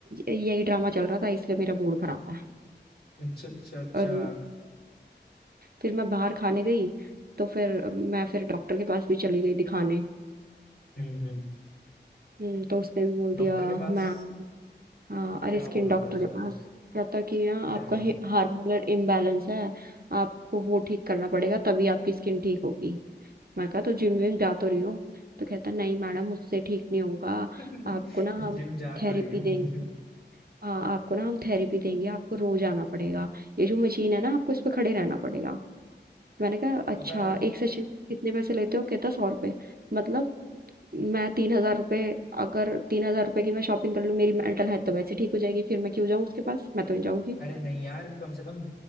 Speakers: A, on the right; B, on the left.
A: य- यही ड्रामा चल रहा था इसलिए मेरा मूड खराब है
B: अच्छा अच्छा अच्छा
A: और फिर मैं बाहर खाने गई तो फिर मैं फिर डॉक्टर के पास भी चली गई दिखाने
B: हम्म हम्म
A: हम्म, तो उसने भी बोल
B: डॉक्टर
A: दिया
B: के
A: मैम
B: पास
A: हाँ अरे
B: क्या
A: स्किन
B: बोला
A: डॉक्टर
B: फिर उसने
A: के पास कहता कि ना
B: क्या
A: आपका
B: कहा
A: हार्मोनल इम्बैलेंस है आपको वो ठीक करना पड़ेगा तभी आपकी स्किन ठीक होगी मैं कहा तो जिम विम जा तो रही हूँ तो कहता नहीं मैडम मुझसे ठीक नहीं होगा
B: <laughs>
A: आपको ना हम
B: जिम जा तो
A: थेरेपी
B: रही हूँ
A: देंगे
B: <laughs>
A: हाँ आपको ना हम थेरेपी देंगे आपको रोज आना पड़ेगा ये जो मशीन है ना आपको इस पे खड़े रहना पड़ेगा मैंने कहा अच्छा
B: पता है यार,
A: एक सेशन के कितने पैसे लेते हो कहता सौ रुपए मतलब मैं तीन हजार रुपये अगर तीन हजार रुपये की मैं शॉपिंग कर लूँ मेरी मेंटल हेल्थ तो वैसे ठीक हो जाएगी फिर मैं क्यों जाऊँ उसके पास मैं तो नहीं जाऊंगी
B: अरे नहीं यार कम से कम